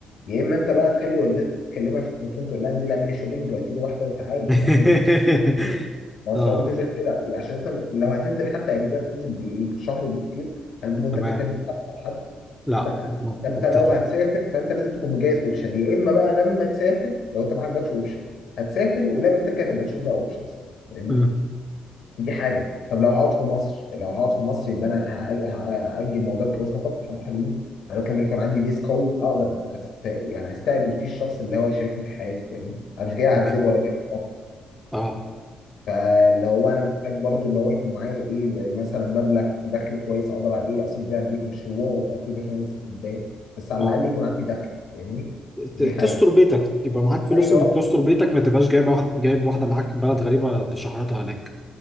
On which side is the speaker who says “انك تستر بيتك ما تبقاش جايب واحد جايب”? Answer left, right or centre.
Centre